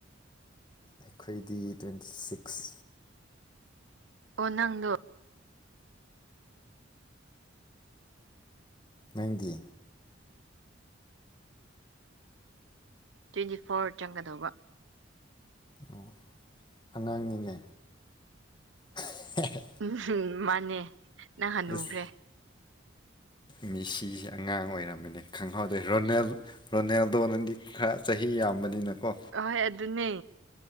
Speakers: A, on the left; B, on the right.
A: ꯑꯩꯈꯣꯏꯗꯤ ꯇ꯭ꯋꯦꯟꯇꯤ ꯁꯤꯛꯁ
B: ꯑꯣ ꯅꯪꯗꯣ
A: ꯅꯪꯗꯤ
B: ꯇ꯭ꯋꯦꯟꯇꯤ ꯐꯣꯔ ꯆꯪꯒꯗꯧꯕ
A: ꯑꯣ ꯑꯉꯥꯡꯅꯤꯅꯦ ꯍ
B: ꯎꯝ ꯃꯥꯅꯦ ꯅꯪ ꯍꯥꯟꯅꯨꯈ꯭ꯔꯦ
A: ꯑꯁ ꯃꯤꯁꯤꯁꯦ ꯑꯉꯥꯡ ꯑꯣꯏꯔꯝꯕꯅꯦ ꯈꯪꯍꯧꯗꯦ ꯔꯣꯅꯦꯜ ꯔꯣꯅꯦꯜꯗꯣ ꯅꯪꯗꯤ ꯈꯔ ꯆꯍꯤ ꯌꯥꯝꯕꯅꯤꯅꯀꯣ
B: ꯑꯍꯣꯏ ꯑꯗꯨꯅꯤ